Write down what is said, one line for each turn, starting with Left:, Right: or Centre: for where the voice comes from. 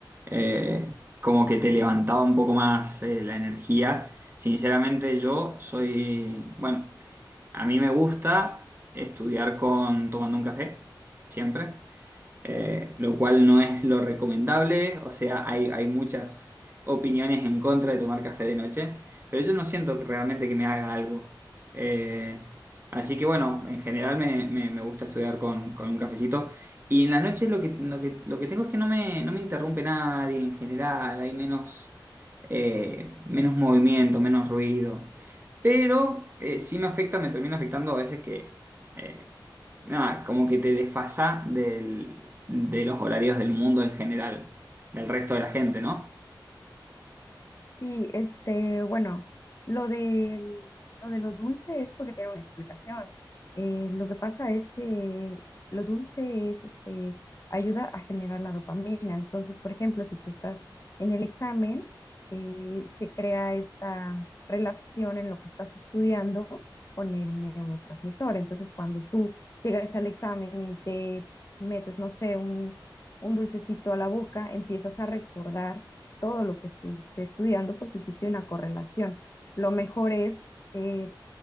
Right: Eh, como que te levantaba un poco más eh, la energía. Sinceramente, yo soy, bueno, a mí me gusta estudiar con tomando un café, siempre eh, lo cual no es lo recomendable, o sea, hay, hay muchas opiniones en contra de tomar café de noche, pero yo no siento que realmente que me haga algo. Eh, así que bueno, en general me, me- me gusta estudiar con, con un cafecito. Y en la noche lo que, lo que, lo que tengo es que no me, no me interrumpe nadie en general, hay menos, eh, menos movimiento, menos ruido. Pero eh, sí me afecta, me termina afectando a veces que eh, nada, como que te desfasa del- de los horarios del mundo en general, del resto de la gente, ¿no?
Left: Sí, este, bueno, lo del, lo de lo dulce es porque tiene una explicación. Eh, lo que pasa es que lo dulce es, este, ayuda a generar la dopamina. Entonces, por ejemplo, si tú estás en el examen, eh, se crea esta relación en lo que estás estudiando con el neurotransmisor. Entonces, cuando tú llegas al examen y te metes, no sé, un, un dulcecito a la boca, empiezas a recordar todo lo que estuviste estudiando porque hiciste una correlación. Lo mejor es eh,